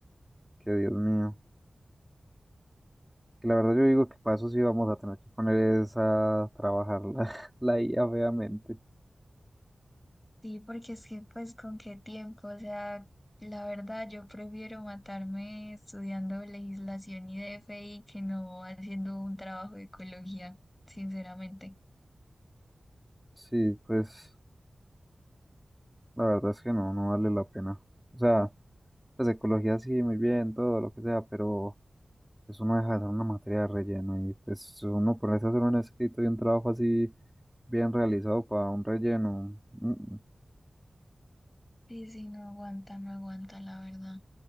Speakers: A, in the centre; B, on the left.
A: que Dios mío. Que la verdad yo digo que para eso sí vamos a tener que poner esa, a trabajar la, <laughs> la IA feamente.
B: sí, porque es que pues con qué tiempo, o sea, la verdad yo prefiero matarme estudiando legislación y DFI que no haciendo un trabajo de ecología, sinceramente.
A: Sí, pues la verdad es que no, no vale la pena. O sea, pues ecología sí, muy bien, todo lo que sea, pero eso no deja de ser una materia de relleno y pues uno ponerse a hacer un escrito y un trabajo así bien realizado para un relleno. mm, mm.
B: Sí, sí, no aguanta, no aguanta, la verdad.